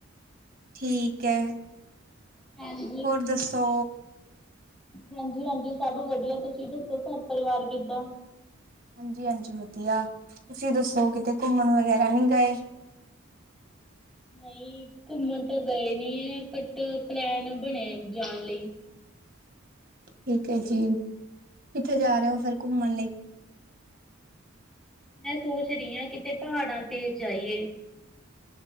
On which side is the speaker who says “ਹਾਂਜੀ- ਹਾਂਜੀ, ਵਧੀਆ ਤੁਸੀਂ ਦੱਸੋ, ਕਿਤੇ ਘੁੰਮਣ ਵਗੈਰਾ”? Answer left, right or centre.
Right